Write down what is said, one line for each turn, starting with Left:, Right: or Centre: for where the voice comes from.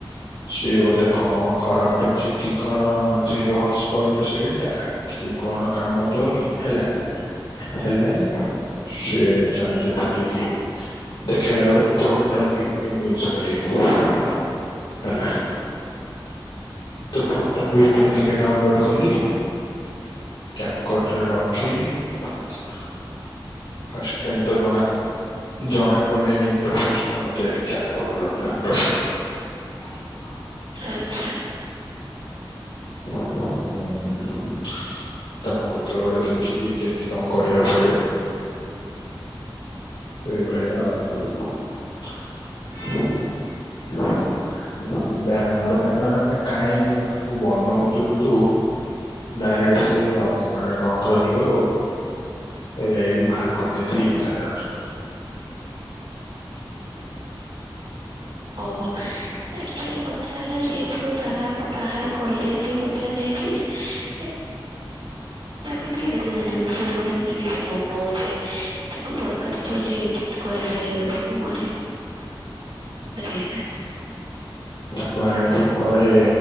Left: ସିଏ ବୋଧେ କଣ ଖରାପ ଅଛି କି କଣ ସେ ଯୋଉ ହସ୍‌ସ୍ପଟ ସେଇଟା କି କଣ କାମ ତୋନି ହେଲା ହେଲାନି ସେ ଚାଜକଟି
Right: ହୁଁ
Left: ଦେଖେଇଲା ଗୋଟେ ପ୍ରୋଟୋନ ଭିପିନ୍‌ ନିଜ୍ୟୁ କରିବାକୁ ହେଲା। ତ ପ୍ରୁଟନ ଭିପିନ୍ କାଲି ଡାଉଲୋଡ କଲି କ୍ୟାପ୍ କଟ ରେ ରଖିଲି। ଫାଷ୍ଟ ଟାଇମ୍ ତ ଜଣା ଜଣା ପାଇଲାନି ଇଣ୍ଟରଫେସ ଟା ମତେ କ୍ୟାପ୍ କଟ ର ଲ୍ୟାପଟପରେ। <unintelligible>
Right: ଆଚ୍ଛା।
Left: ହୁଁ। ତାକୁ କେତେବେଳେ ଗୋଟେ ଦେଖିକି କେମିତି କଣ କରିବାକୁ ପଡିବ। ସେଇ ଭଳିଆ ଆଉ <unintelligible> ବ୍ୟାନର ଫ୍ୟାନର ଆମେ କାଇଁ ତାକୁ ବନ ନୋଉଥିଲୁ ତୁ ଡାଇରେକ୍ଟ ସେ ଅ ମାନେ କଣ କହିଲୁ ଏଇ ବାହାର କରିଦେଇଥିଲେ ହେଇଥାନ୍ତା।
Right: ଅ ମ ଆଚୱାଲୀ କଥା ହେଲା ସେଇଥିରୁ ବାହାର ବାହାର କଲେ ଏତେ କଥା ନେ <unintelligible> ଏମିତି ଜିନିଷ ଯୋଉଟା ନିଜେ ମନଉଛେ ତାକୁ ଦରକାର ପଡ଼ିଲେ ଏଡେଟ୍ କରିପାରିବା ସେ ମରି <unintelligible>
Left: ତାକୁ ଆଣିକି ପରେ